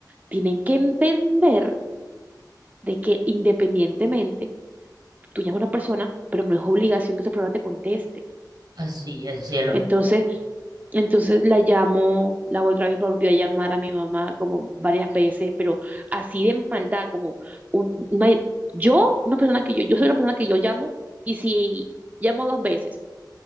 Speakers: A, on the right; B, on the right.
A: tienen que entender de que independientemente tú llamas a una persona, pero no es obligación que esa persona te conteste.
B: Así es, cielo.
A: Entonces, entonces la llamo, la otra vez volvió a llamar a mi mamá como varias veces, pero así de maldad, como un- una- yo, una persona que yo, yo soy una persona que yo llamo y si llamo dos veces